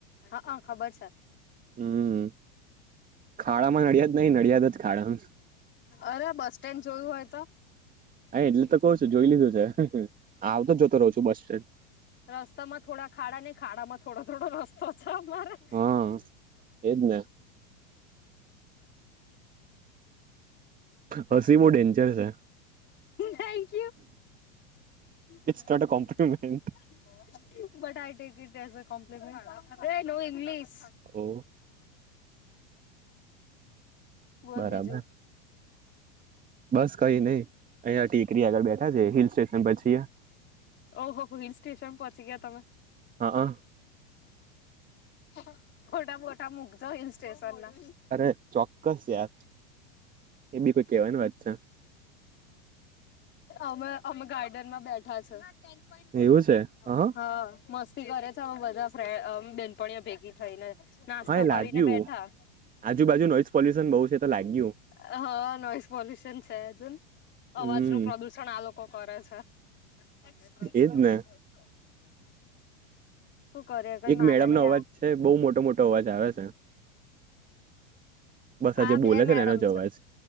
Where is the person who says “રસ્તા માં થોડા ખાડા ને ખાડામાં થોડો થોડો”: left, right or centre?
Left